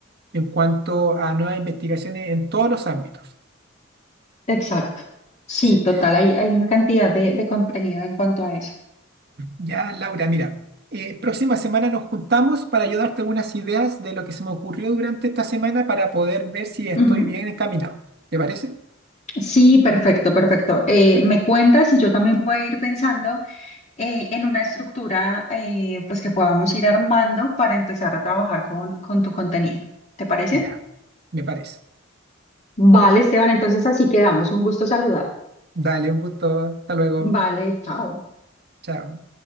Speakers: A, on the right (about 55°); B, on the left (about 35°).
A: en cuanto a nuevas investigaciones en todos los ámbitos.
B: Exacto. Sí,
A: Sí,
B: total, hay, hay una cantidad de, de contenido en cuanto a eso.
A: Ya, Laura, mira, eh, próxima semana nos juntamos para ayudarte algunas ideas de lo que se me ocurrió durante esta semana para poder ver si estoy
B: Ujú.
A: bien encaminado. ¿Te parece?
B: Sí, perfecto, perfecto. Eh, me cuentas y yo también voy a ir pensando eh, en una estructura eh, pues que podamos ir armando para empezar a trabajar con, con tu contenido. ¿Te parece?
A: Ya, me parece.
B: Vale, Esteban, entonces así quedamos. Un gusto saludar.
A: Dale, un gusto. Hasta luego.
B: Vale, chao.
A: Chao.